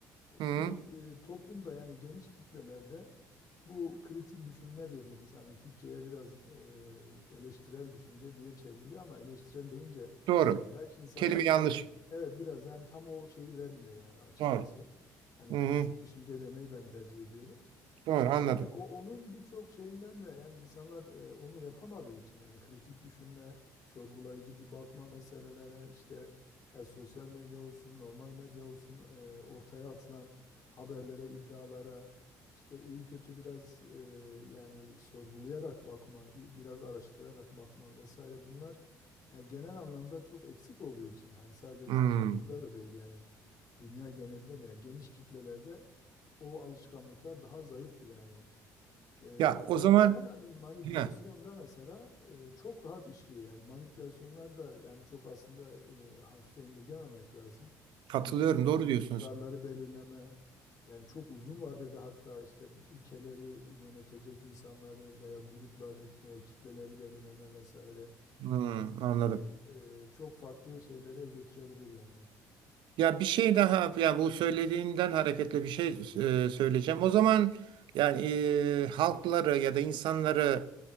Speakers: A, on the left; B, on the right.
A: E, Şimdi
B: hı,
A: e, toplumda yani geniş kitlelerde bu kritik düşünme dediğimiz hani Türkçe'ye biraz e, eleştirel düşünce diye çevriliyor ama eleştirel deyince
B: doğru.
A: belki insanlar
B: Kelime yanlış.
A: hani evet biraz yani tam o şeyi vermiyor yani açıkçası.
B: Doğru.
A: Hani
B: Hı,
A: kritik
B: hı,
A: düşünce demeyi ben tercih ediyorum.
B: doğru anladım.
A: Yani o onun birçok şeyinden de yani insanlar e, onu yapamadığı için hani kritik düşünme, sorgulayıcı bir bakma meselelere işte ya sosyal medya olsun, normal medya olsun e, ortaya atılan haberlere, iddialara işte iyi kötü biraz e, yani sorgulayarak bakma, i- biraz araştırarak bakma vesaire bunlar yani genel anlamda çok eksik olduğu için hani sadece bizim
B: Hı.
A: toplumda da değil yani dünya genelinde de yani geniş kitlelerde o alışkanlıklar daha zayıftır yani. Ee,
B: Ya
A: o
B: o zaman
A: yüzden hani manipülasyonda
B: Hı,
A: mesela e, çok rahat işliyor yani manipülasyonlar da yani çok aslında e, hafife indirgememek lazım.
B: katılıyorum
A: Yani bu ik-
B: doğru diyorsunuz.
A: iktidarları belirleme yani çok uzun vadede hatta işte ülkeleri yönetecek insanları veya grupları veya kitleleri belirleme vesaire
B: Hı, anladım.
A: on, e, çok farklı şeylere götürebilir yani.
B: Ya bir şey daha ya bu söylediğinden hareketle bir şey e, söyleyeceğim. O zaman yani e, halkları ya da insanları